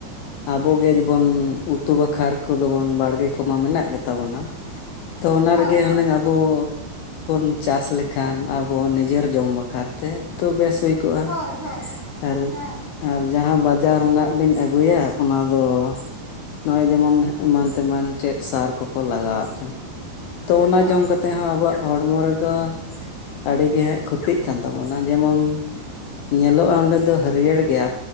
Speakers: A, on the left; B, in the centre.
A: ᱟᱵᱚ ᱜᱮ ᱡᱮ ᱵᱚᱱ ᱩᱛᱩ ᱵᱟᱠᱷᱟᱨ ᱠᱚ ᱫᱚ ᱵᱚᱱ ᱵᱟᱲᱜᱮ ᱠᱚᱢᱟ ᱢᱮᱱᱟᱜ ᱜᱮ ᱛᱟᱵᱚᱱᱟ᱾
B: <inaudible>
A: ᱛᱚ ᱚᱱᱟ
B: ᱦᱳᱭ
A: ᱨᱮᱜᱮ
B: ᱦᱳᱭ
A: ᱦᱩᱱᱟᱹᱝ ᱟᱵᱚ ᱵᱚᱱ ᱪᱟᱥ ᱞᱮᱠᱷᱟᱱ ᱟᱵᱚ ᱱᱤᱡᱮᱨ ᱡᱚᱢ ᱵᱟᱠ ᱠᱷᱟᱛᱮ ᱛᱚ ᱵᱮᱥ ᱦᱩᱭ ᱠᱚᱜ-ᱟ
B: ᱦᱳᱭ ᱦᱳᱭ
A: ᱟᱨ
B: ᱦᱮᱸ
A: ᱟᱨ ᱡᱟᱦᱟᱸ ᱵᱟᱡᱟᱨ ᱨᱮᱱᱟᱜ ᱵᱤᱱ ᱟᱹᱜᱩᱭᱟ ᱚᱱᱟ ᱫᱚ ᱱᱚᱸᱜ-ᱚᱭ ᱡᱮᱢᱚᱱ ᱮᱢᱟᱱ ᱛᱮᱢᱟᱱ ᱪᱮᱫ ᱥᱟᱨ ᱠᱚ ᱠᱚ ᱞᱟᱜᱟᱣᱟᱜ ᱠᱟᱱᱟ᱾ ᱛᱚ ᱚᱱᱟ
B: ᱦᱳᱭ
A: ᱡᱚᱢ ᱠᱟᱛᱮᱜ ᱦᱚᱸ ᱟᱵᱚᱣᱟᱜ ᱦᱚᱲᱢᱚ ᱨᱮ ᱫᱚ ᱟᱹᱰᱤ ᱜᱮ ᱦᱟᱸᱜ ᱠᱷᱚᱛᱤᱜ ᱠᱟᱱ ᱛᱟᱵᱚᱱᱟ ᱡᱮᱢᱚᱱ ᱧᱮᱞᱚᱜ-ᱟ ᱚᱸᱰᱮ ᱫᱚ ᱦᱟᱹᱨᱭᱟᱹᱲ ᱜᱮᱭᱟ